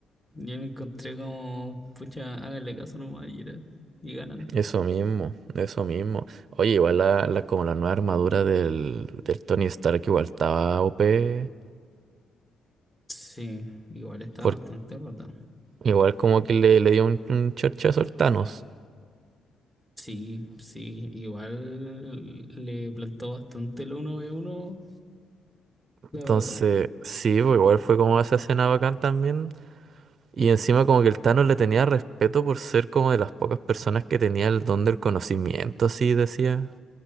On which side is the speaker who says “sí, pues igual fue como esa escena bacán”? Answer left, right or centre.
Right